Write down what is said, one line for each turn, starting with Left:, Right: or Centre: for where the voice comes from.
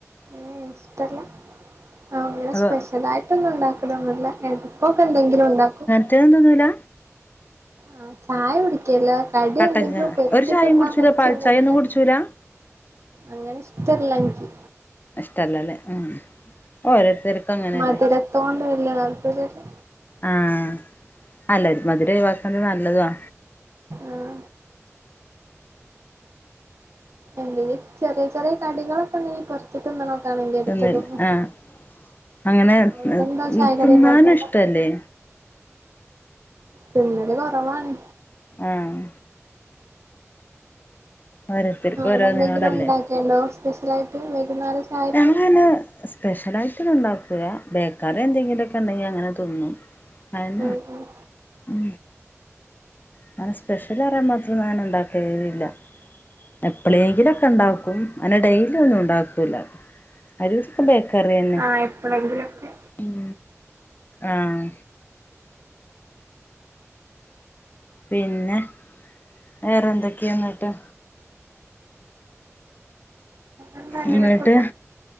Right: ഉം ഇഷ്ടല്ല ആങ്ങനെ
Left: അപ്പൊ
Right: സ്പെഷ്യലായ്ട്ടൊന്നും ഇണ്ടാക്കലൊന്നുല്ല എട്ക്കൊക്കെ എന്തെങ്കിലും ഇണ്ടാക്കും
Left: <unintelligible> തിന്നൂലാ
Right: ആഹ് ചായ കുടിക്കല്ല കടി
Left: കട്ടൻ
Right: എന്തെങ്കിലും
Left: ചായ
Right: പർക്കിത്തിന്നാൻ
Left: ഒരു ചായയും കുടിച്ചൂല
Right: പറ്റ്യേന്തെങ്കിലും
Left: പാൽ ചായ ഒന്നും കുടിച്ചൂല
Right: അങ്ങനെഷ്ടല്ല ഇൻക്ക്
Left: ഇഷ്ടല്ലല്ലേ ഉം ഓരോരുത്തർക്കങ്ങനെല്ലേ
Right: മധുരത്തോണ്ട് വല്യ താല്പര്യല്ല
Left: ആഹ് അല്ല മധുരൊഴിവാക്കുന്നത് നല്ലതു ആ
Right: ആഹ് എന്തെലും ചെറിയ ചെറിയ കടികളൊക്കെണ്ടെങ്കി പൊർക്കി ത്തിന്ന്ണൊക്കാണെങ്കി എടുത്തു
Left: തിന്നൽ
Right: തിന്നും
Left: ആഹ് അങ്ങനെ
Right: അവിടെന്താ ചായക്കടി
Left: തിന്നാനും
Right: ഇണ്ടാക്കണ്ട
Left: ഇഷ്ടല്ലേ
Right: തിന്നല് കുറവാണ്
Left: ആഹ് ഓരോരുത്തർക്കും
Right: ആഹ് അവിടെന്തെങ്കിലും
Left: ഓരോന്നിനോടല്ലേ
Right: ഇണ്ടാക്കിയണ്ടോ സ്പെഷ്യലായിട്ട് വൈകുന്നേരം ചായക്ക്
Left: ഞങ്ങളതിന് സ്പെഷ്യലായിട്ടൊന്നും ഇണ്ടാക്കൂല ബേക്കറി എന്തെങ്കിലൊക്കെണ്ടെങ്കിൽ അങ്ങനെ തിന്നും അൻ
Right: ഉം ഉം
Left: ഉം അങ്ങനെ സ്പെഷ്യല്റയാൻ മാത്രന്നും അങ്ങനെ ഇണ്ടാക്കലില്ല എപ്പളേങ്കിലൊക്കെ ഇണ്ടാക്കും അങ്ങനെ ഡെയിലി ഒന്നും ഉണ്ടാക്കൂല്ല <unintelligible> ബേക്കറി തന്നെ
Right: ആഹ് എപ്പളെങ്കിലൊക്കെ
Left: ഉം ആഹ് പിന്നെ വേറെന്തൊക്കെയാ ന്നട്ട്
Right: എന്താ അങ്ങനൊക്കെ
Left: ന്നട്ട്
Right: പോ